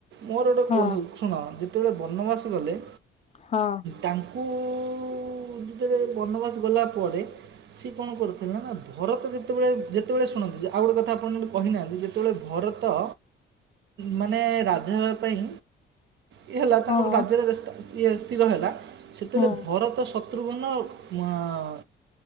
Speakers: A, on the right (about 70°); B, on the left (about 35°).
A: ମୋର ଗୋଟ
B: ହଁ
A: କୋ ଶୁଣ ଯେତେବେଳେ ବନବାସ ଗଲେ
B: ହଁ
A: ତାଙ୍କୁ ଯେତେବେଳେ ବନବାସ ଗଲା ପରେ ସିଏ କଣ କରୁଥିଲେ ନା ଭରତ ଯେତେବେଳେ ଯେତେବେଳେ ଶୁଣନ୍ତୁ ଯେ ଆଉ ଗୋଟେ କଥା ଆପଣ ଯୋେ କହିନାହାନ୍ତି ଯେ ତବେଳେ ଭରତ ମାନେ ରାଜା ହେବା ପାଇଁ ଇଏ ହେଲା ତାଙ୍କ
B: ହଁ
A: ରାଜ୍ୟରେ ବ୍ୟସ୍ତା ଇଏ ସ୍ଥିର ହେଲା ସେତେବେଳେ
B: ହୁଁ
A: ଭରତ ଶତ୍ରୁଘନ ଆଁ